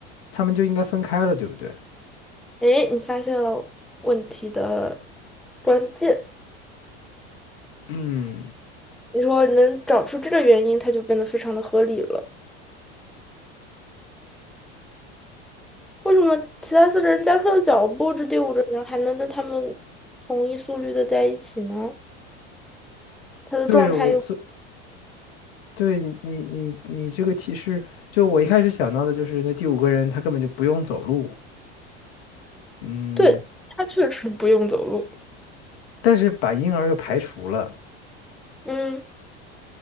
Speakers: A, on the left (about 75°); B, in the centre.
A: 他们就应该分开了，对不对？
B: 诶，你发现了问题的关键。
A: 嗯，
B: 你说你能找出这个原因，他就变得非常的合理了。为什么其他四个人加快了脚步，这第五个人还能跟他们同一速率的在一起呢？他的状态又
A: 对，我所对你，你你你这个提示，就我一开始想到的就是那第五个人他根本就不用走路，嗯，
B: 对，他确实不用走路。
A: 但是把婴儿又排除了，
B: 嗯，